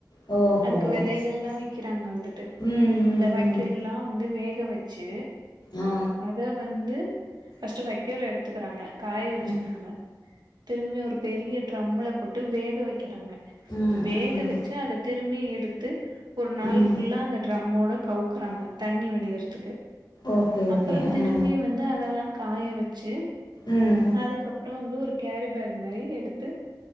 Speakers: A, on the left; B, on the right.
A: ஓஹோ
B: அதுக்கு விதைகள்லாம்
A: சரி சரி
B: விக்கிறாங்க வந்துட்டு
A: ம் ம்
B: இந்த வைக்கெல்லாம்
A: ம்
B: வந்து வே க வச்சு
A: ஆ
B: அத வந்து ஃபஸ்ட்டு வைக்கோல எடுத்துக்கிறாங்க காய வச்சுக்கிறாங்க
A: ம்
B: திரும்பி ஒரு பெரிய ட்ரம்முல போட்டு வேக வைக்கறாங்க
A: ம்
B: வேக
A: ம்
B: வச்சு அத திரும்பி எத் டுத்து ஒரு நாள்
A: ம்
B: ஃபுல்லா அந்த ட்ரம்மோட கவுக்குறாங்க தண்ணி வடியறதுக்கு
A: ஓகே ஓகே
B: அப்பறந்திரும்பி
A: ஆ
B: வந்து அதெல்லா காய வச்சு
A: ம்
B: அதுக்கப்பற வந்து ஒரு கேரி பேக் மாரி எடுத்து